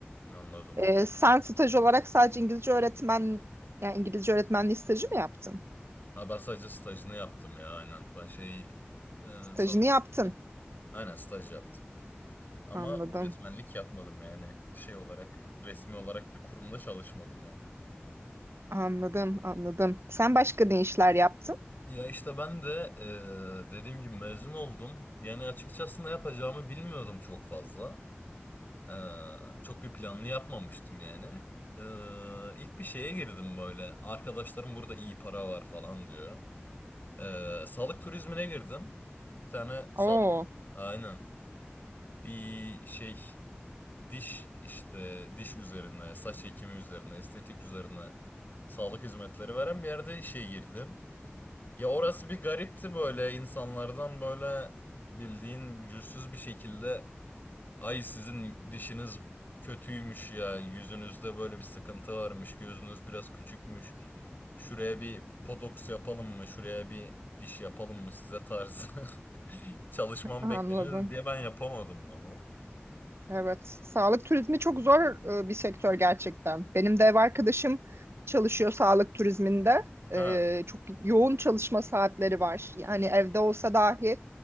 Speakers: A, on the left; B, on the right.
A: anladım.
B: Ee, sen staj olarak sadece İngilizce öğretmen, yani İngilizce öğretmenliği stajı mı yaptın?
A: Ha ben sadece stajını yaptım ya aynen. Ben şey e,
B: Stajını
A: son
B: yaptın.
A: aynen staj yaptım. Ama
B: Anladım,
A: öğretmenlik yapmadım yani şey olarak resmi olarak bir kurumda çalışmadım yani.
B: anladım, anladım. Sen başka ne işler yaptın?
A: Ya işte ben de eee, dediğim gibi mezun oldum. Yani açıkçası ne yapacağımı bilmiyordum çok fazla. Eee, çok bir planlı yapmamıştım yani. Eee ilk bir şeye girdim böyle. Arkadaşlarım burada iyi para var falan diyor. Eee, sağlık turizmine girdim. Bir tane sağlık
B: Oo,
A: aynen bir şey diş işte diş üzerine saç ekimi üzerine estetik üzerine sağlık hizmetleri veren bir yerde işe girdim. Ya orası bir garipti böyle insanlardan böyle bildiğin yüzsüz bir şekilde ay sizin dişiniz kötüymüş ya yüzünüzde böyle bir sıkıntı varmış gözünüz biraz küçükmüş şuraya bir botoks yapalım mı şuraya bir diş yapalım mı size tarzı <laughs> çalışmam
B: anladım.
A: bekleniyordu diye ben yapamadım onu.
B: Evet, sağlık turizmi çok zor e, bir sektör gerçekten. Benim de ev arkadaşım çalışıyor sağlık turizminde.
A: Ha
B: Ee, çok yoğun çalışma saatleri var. Yani evde olsa dahi